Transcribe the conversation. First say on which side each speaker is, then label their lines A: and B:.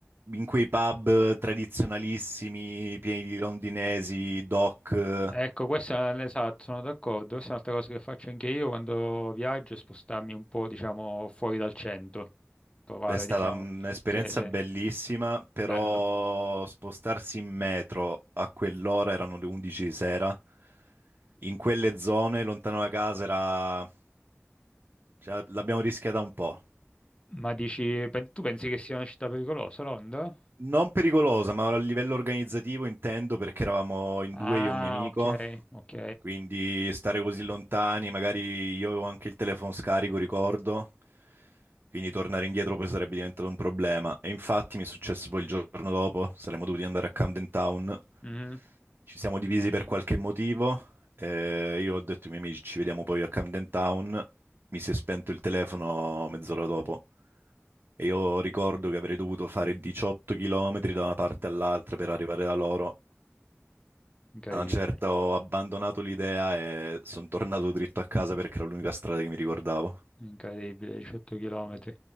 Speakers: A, on the right; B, on the left.
A: in quei pub tradizionalissimi, pieni di londinesi, doc, eh,
B: Ecco, questo è un- esatto, sono d'accordo. Questa è un'altra cosa che faccio anche io quando viaggio, è spostarmi un po', diciamo, fuori dal centro, provare,
A: è stata
B: diciamo.
A: un'esperienza
B: Sì, sì,
A: bellissima, però
B: bello.
A: spostarsi in metro a quell'ora, erano le 11 di sera, in quelle zone, lontano da casa, era... cioè, l'abbiamo rischiata un po'.
B: Ma dici, pen- tu pensi che sia una città pericolosa, Londra?
A: Non pericolosa, ma a livello organizzativo intendo perché eravamo in
B: Ah,
A: due, io e un mio amico.
B: ok, ok.
A: Quindi stare così lontani, magari io avevo anche il telefono scarico, ricordo, quindi tornare indietro poi sarebbe diventato un problema. E infatti mi è successo poi il giorno dopo, saremmo dovuti andare a Camden Town,
B: Mhm.
A: ci siamo divisi per qualche motivo, e io ho detto ai miei amici ci vediamo poi a Camden Town, mi si è spento il telefono mezz'ora dopo e io ricordo che avrei dovuto fare 18 km da una parte all'altra per arrivare da loro
B: Incredibile.
A: a un certo ho abbandonato l'idea e sono tornato dritto a casa perché era l'unica strada che mi ricordavo.
B: Incredibile, 18 km.